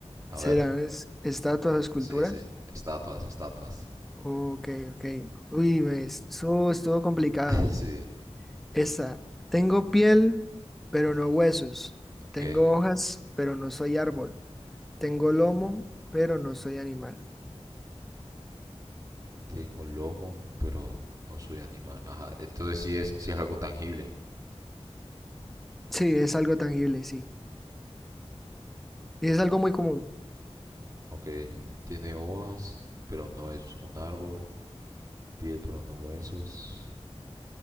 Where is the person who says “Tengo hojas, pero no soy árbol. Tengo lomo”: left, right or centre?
Centre